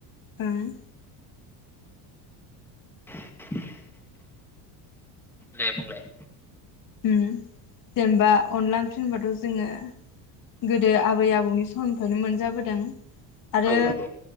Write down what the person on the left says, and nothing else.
दां।
ओम जेनेबा अनला ओंख्रि होनबाथ' जोङो गोदो आबै आबौनि समनिफ्रायनो मोनजाबोदों। आरो